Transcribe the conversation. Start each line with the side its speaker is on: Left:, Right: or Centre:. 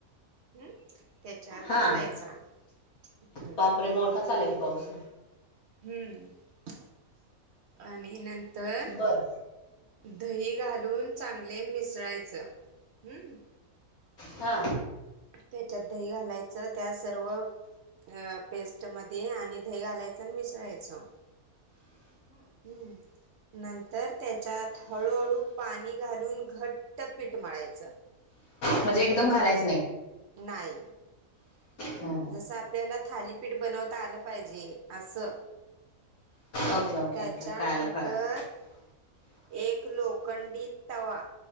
Right: हम, त्याच्यात
Left: हा
Right: घालायचा. हम्म
Left: बापरे! मोठाच आला की पाऊस.
Right: हम्म आणि नंतर
Left: बर
Right: दही घालून चांगले मिसळायचं. हम्म.
Left: हा!
Right: त्याच्यात दही घालायचं त्या सर्व अ पेस्टमध्ये आणि दही घालायचं आणि मिसळायचं. हम्म! नंतर त्याच्यात हळूहळू पाणी घालून घट्ट पीठ मळायचं. <unintelligible>
Left: म्हणजे एकदम घालायच नाही?
Right: नाही.
Left: हम्म हम्म
Right: जसं आपल्याला थालीपीठ बनवता आलं पाहिजे, असं.
Left: ओके ओके
Right: त्याच्यानंतर-
Left: ओके कळालं कळालं
Right: एक लोखंडी तवा